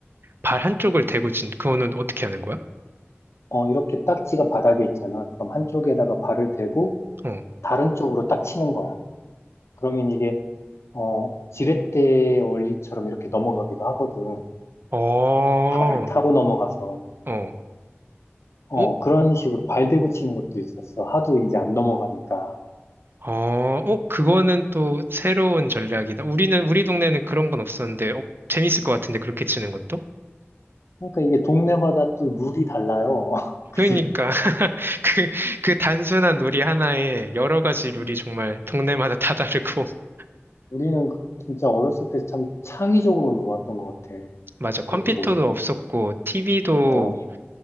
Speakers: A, on the right; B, on the left.
A: 발 한쪽을 대고 진, 그거는 어떻게 하는 거야?
B: 어, 이렇게 딱지가 바닥에 있잖아. 그럼 한쪽에다가 발을 대고
A: 어,
B: 다른 쪽으로 딱 치는 거야. 그러면 이게 어, 지렛대 원리처럼 이렇게 넘어가기도 하거든.
A: 어,
B: 발을 타고 넘어가서
A: 어.
B: 어,
A: 어,
B: 그런 식으로 발 대고 치는 것도 있었어. 하도 이제 안 넘어가니까.
A: 어, 어, 그거는 또 새로운 전략이다. 우리는, 우리 동네는 그런 건 없었는데, 어, 재밌을 것 같은데, 그렇게 치는 것도?
B: 그러니까 이게 동네마다 또 룰이 달라요. <laughs> 그지?
A: 그러니까, <laughs> 그, 그 단순한 놀이 하나에 여러 가지 룰이
B: 음.
A: 정말 동네마다 다 다르고. <laughs>
B: 우리는 그- 진짜 어렸을 때 참 창의적으로 놀았던 것 같아.
A: 맞아. 컴퓨터도
B: 그렇게 보면.
A: 없었고, TV도,
B: 어,